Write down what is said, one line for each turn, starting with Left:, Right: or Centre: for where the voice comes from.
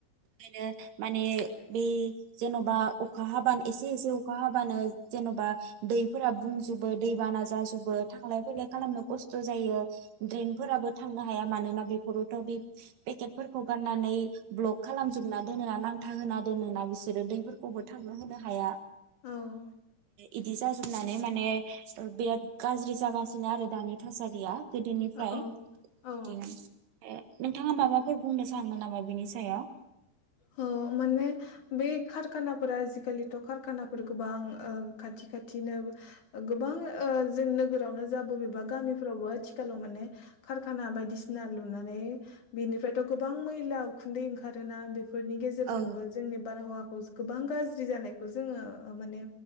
Right: बेनो माने बे जेनबा अखा हाबानो एसे एसे अखा हाब बानो जेनबा दैफोरा बुंजोबो दै बाना जाजोबो थांलाय फैलाय खालामनो खस्थ जायो द्रेनफोराबो थांनो हाया मानोना बेफोरावथ बे पेकेटफोरखौ गारनानै ब्लक खालामजोबना दोनोना नांथा होना दोनोना बिसो रो दैफोरखौबो थांनो होनो हाया
Left: औ
Right: इदि जाजोबनानै माने ओ बिराद गाज्रि जागासिनो आरो दानि थासारिया। गोदोनिफ्राय
Left: औ
Right: बिदिनो
Left: औ
Right: नोंथाङा माबाफोर बुंनो सानो नामा बिनि सायाव?
Left: औ माने बे खार कारखानाफोरा आजिखालिथ कारखानाफोर गोबां ओ खाथि खाथिनो गोबां ओ जों नोगोरावनो जा बबेबा गामिफोरावबो आथिखालाव माने कारखाना बायदिसिना लुनानै बेनिफ्रायथ गोबां मैला उखुन्दै ओंखारोना बेफोर फोरनि गेजेरजोंबो
Right: औ
Left: जोंनि बारहावा खौ गोबां गाज्रि जानायखौ जोङो ओ माने